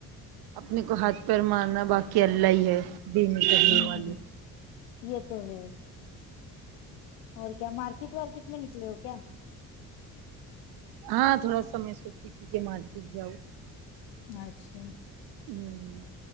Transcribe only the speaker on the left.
ہوں
یہ تو ہے اور کیا مارکیٹ وارکیٹ میں نکلے ہو کیا
اچھا